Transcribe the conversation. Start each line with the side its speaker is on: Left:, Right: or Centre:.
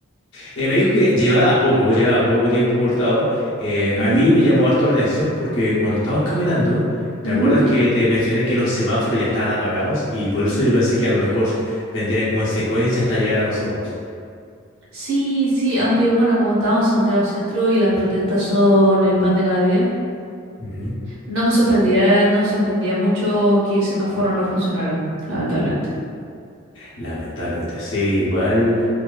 Left: Eh, me dijo que llevaba poco, llevaba poco tiempo cortado. Eh,
Right: Ujú,
Left: a mí me llamó harto la atención porque cuando estábamos caminando,
Right: ujú.
Left: ¿te acuerdas que te mencioné que los semáforos ya estaban apagados? Y por eso yo pensé que a lo mejor vendría como en secuencia hasta llegar a nosotros.
Right: Sí, sí, aunque bueno, como estaba en Santiago Centro y las protestas son el pan de cada día,
Left: Ujú.
Right: no me sorprendía, no sorprendía mucho que semáforos no funcionaran, lamentablemente.
Left: Lamentablemente, sí, igual.